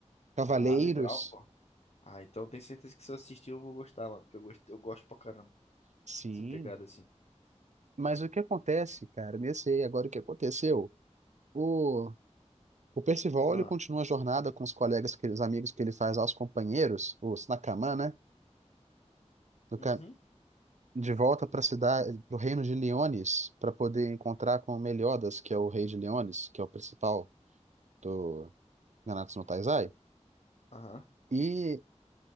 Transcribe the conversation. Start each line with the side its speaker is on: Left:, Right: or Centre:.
Right: Cavaleiros.
Left: ah, legal, pô. Ah, então tenho certeza que se eu assistir eu vou gostar, mano, porque eu gosto, eu gosto pra caramba
Right: Sim.
Left: dessa pegada assim.
Right: Mas o que acontece, cara, nesse aí, agora o que aconteceu? O, o Percival,
Left: Ah,
Right: ele continua a jornada com os colegas, que, os amigos que ele faz aos companheiros, os Nakaman, né? do
Left: uhum,
Right: ca- de volta para a cidade, para o reino de Leones, para poder encontrar com Meliodas, que é o rei de Leones, que é o principal do Nanatsu no Taizai.
Left: aham,
Right: E